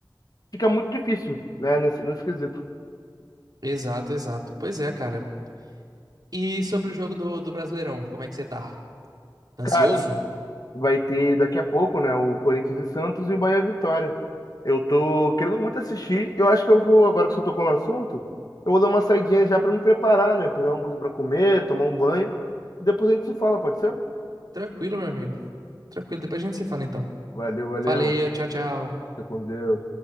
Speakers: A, on the left; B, on the right.
A: fica muito difícil, né, nesse, nesse quesito.
B: Exato, exato. Pois é, cara. E sobre o jogo do, do Brasileirão, como é que você tá? Ansioso?
A: Cara, vai ter daqui a pouco, né, o Corinthians e Santos e o Bahia e Vitória. Eu tô querendo muito assistir. Eu acho que eu vou, agora que você tocou no assunto, eu vou dar uma saidinha já para me preparar, né, pegar alguma coisa para comer, tomar um banho. Depois a gente se fala, pode ser?
B: Tranquilo, meu amigo. Tranquilo, depois a gente se fala então.
A: Valeu, valeu.
B: Valeu, tchau, tchau.
A: Fica com Deus.